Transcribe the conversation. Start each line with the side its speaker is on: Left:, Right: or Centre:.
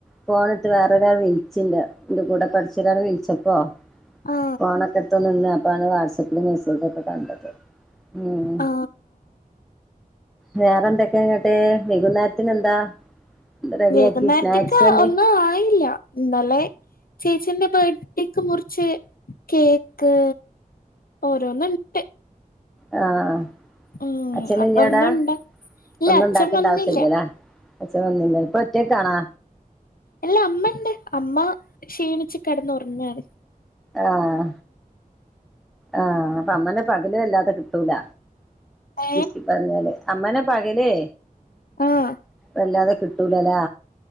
Centre: ഫോണടുത് വേറൊരാൾ വിളിച്ചിണ്ട് ന്റെ കൂടെ പഠിച്ച ഒരാൾ വിളിച്ചപ്പോ
Left: ആ
Centre: ഫോണൊക്കെ എടുത്ത നിന്ന്പ്പാണ് വാട്സാപ്പില് മെസ്സേജക്കെ കണ്ടത് ഉം
Left: ആ
Centre: വേറെ എന്തൊക്കെയ ഇങ്ങട്ട് വൈകുന്നേരത്തിന് എന്താ റെഡിയാക്കി
Left: വൈകുന്നേരത്തേക്ക്
Centre: സ്നാക്സ് എന്ത്
Left: ഒന്നും ആയില്ല ഇന്നലെ ചേച്ചിന്റെ ബേർ ട്ടിക്ക് മുറിച്ച് കേക്ക് ഓരോന്നുംണ്ട്
Centre: ആഹഹ് ആഹ്
Left: ഉം
Centre: അച്ഛനില്ല്യേ
Left: അപ്പൊ ഒന്നും
Centre: ഇലേ അടെ
Left: ഉണ്ടാക്കി ഇല്ല
Centre: ഒന്നും
Left: അച്ഛൻ
Centre: ഉണ്ടാക്കണ്ട
Left: വന്നില്ല
Centre: ആവശ്യ ഇല്ലലെ അച്ഛൻ വന്നിണ്ട് ഇപ്പൊ ഒറ്റക്കാണാ
Left: എല്ലാ അമ്മ ണ്ട് അമ്മ ക്ഷീണിച്ചു കടന്ന് ഉറങ്ങണ്
Centre: ആഹ് ആഹ് അപ്പ അമ്മനെ പകല് വല്ലാതെ കിട്ടൂല
Left: ഏ
Centre: ജികി പറഞ്ഞാലേ അമ്മനെ പകലേ
Left: ആഹ്
Centre: വല്ലാതെ കി ട്ടൂലലെ